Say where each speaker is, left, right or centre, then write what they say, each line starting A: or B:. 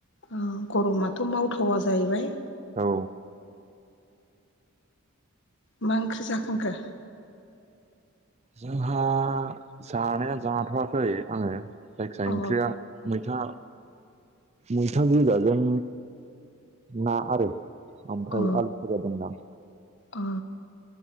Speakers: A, on the left; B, on the right.
A: औ गरमाथ' मावथावा जाहैबाय।
B: औ
A: मा ओंख्रि जाखांखो?
B: जोंहा जानाया जाथ'वाखै आङो। जायखिया
A: अ
B: ओंख्रिया मैथा मैथा गाजा जों ना आरो ओमफ्राय
A: अ
B: आलु फाजा दंदां।
A: अ